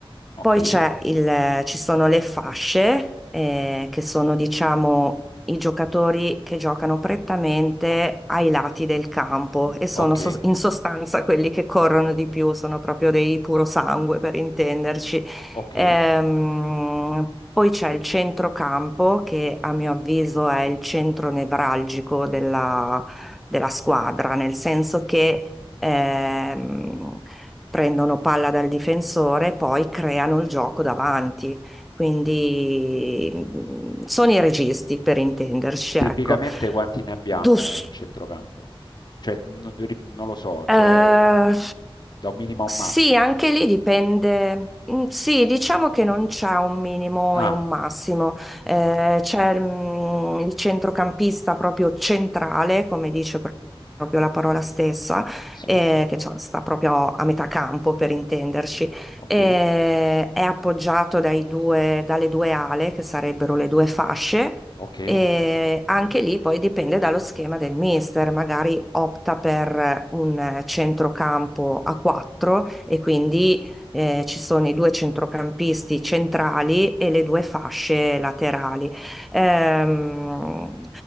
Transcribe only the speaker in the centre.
Poi c'è il- ci sono le fasce, eh, che sono, diciamo, i giocatori che giocano prettamente ai lati del campo e sono
sos- in sostanza quelli che corrono di più, sono proprio dei puro sangue per intenderci.
Ehm, poi c'è il centrocampo, che a mio avviso è il centro nevralgico della della squadra, nel senso che ehm, prendono palla dal difensore e poi creano il gioco davanti. Quindi mm,
sono
i registi per intenderci,
ecco.
Dus-
eh,
Sì,
anche lì dipende. Mm, Sì, diciamo che non c'è un minimo
e un massimo. Eh, c'è mm, il centrocampista proprio centrale, come dice pro- proprio la parola stessa,
eh, che cioè, sta proprio a metà campo per intenderci.
Eh, è appoggiato dai due- dalle due ale, che sarebbero le due fasce.
E anche lì poi dipende dallo schema del mister, magari opta per un centrocampo a 4 e quindi eh, ci sono i due centrocampisti centrali e le due fasce laterali. Ehm,